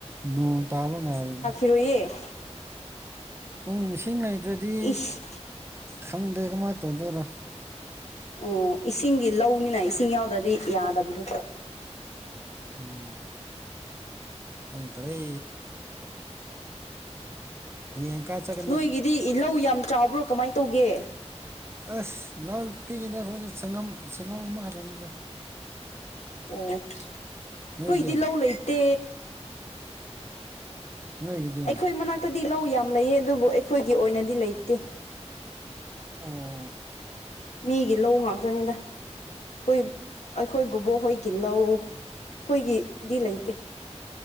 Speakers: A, on the right; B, on the left.
A: ꯅꯣꯡ ꯇꯥꯕ ꯉꯥꯏꯔꯤꯅꯤ
B: ꯆꯨꯏꯌꯦ
A: ꯎꯝ ꯏꯁꯤꯡ ꯂꯩꯩꯗ꯭ꯔꯗꯤ
B: ꯏꯁ
A: ꯈꯪꯗꯦ ꯀꯃꯥꯏꯅ ꯇꯧꯗꯣꯏꯔꯣ
B: ꯎꯝ ꯏꯁꯤꯡꯒꯤ ꯂꯧꯅꯤꯅ ꯏꯁꯤꯡ ꯌꯥꯎꯗ꯭ꯔꯗꯤ ꯌꯥꯗꯕꯗꯣ
A: ꯎꯝ ꯈꯪꯇꯔꯦ ꯍꯔꯤꯡꯪꯀ <unintelligible> ꯆꯠ
B: ꯅꯣꯏꯒꯤꯗꯤ ꯏꯜꯍꯧ ꯌꯥꯝ ꯆꯥꯎꯕ꯭ꯔꯣ ꯀꯃꯥꯏꯅ ꯇꯧꯒꯦ
A: ꯑꯁ ꯂꯥꯎ ꯄꯤꯛꯏꯗ ꯑꯩꯈꯣꯏꯅ ꯁꯪꯉꯝ ꯁꯪꯉꯝ ꯑꯃ ꯈꯛꯇꯅꯤꯗ
B: ꯑꯣ ꯑꯈꫭꯏꯗꯤ
A: ꯅꯣꯏꯗꯤ
B: ꯂꯧ ꯂꯩꯇꯦ
A: ꯅꯣꯏꯒꯤꯗꯤ
B: ꯑꯩꯈꯣꯏ ꯃꯅꯥꯛꯇꯗꯤ ꯂꯧ ꯌꯥꯝ ꯂꯩꯌꯦ ꯑꯗꯨꯕꯨ ꯑꯩꯈꯣꯏꯒꯤ ꯑꯣꯏꯅꯗꯤ ꯂꯩꯇꯦ
A: ꯎꯝ
B: ꯃꯤꯒꯤ ꯂꯧ ꯉꯥꯛꯇꯅꯤꯗ ꯑꯩꯈꯣꯏ ꯑꯩꯈꯣꯏꯕꯨꯕꫭꯛ ꯍꯣꯏꯒꯤ ꯂꯧ ꯑꯩꯈꯣꯏꯒꯤꯗꯤ ꯂꯩꯇꯦ